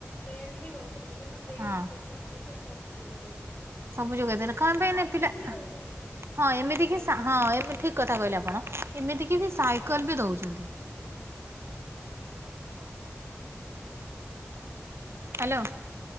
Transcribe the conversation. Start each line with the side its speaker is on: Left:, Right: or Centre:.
Left: ବେଲ୍ଟ ବି ଦଉଛନ୍ତି କଣ ବେଲ୍ଟ
Right: ହଁ
Left: ଜୋ ଜୋତା ମୋଜା ସବୁ ଯୋଗାଇ ଦେଲେ।
Right: ସବୁ ଯୋଗାଇ ଦେଲେ କଣ ପାଇଁ
Left: ସାଇକେଲ
Right: ନା ପିଲା
Left: ବି ଦଉଛନ୍ତି
Right: ହଁ
Left: ପିଲା
Right: ଏମିତି
Left: ଯିବା ଆସିବା
Right: ସା ହଁ
Left: ପାଇଁ
Right: ଏମିତି ଠିକ କଥା କହିଲେ ଆପଣ ଏମିତିକି ବି ସାଇକେଲ ବି ଦଉଛନ୍ତି।
Left: ହଁ।
Right: ହ୍ୟାଲୋ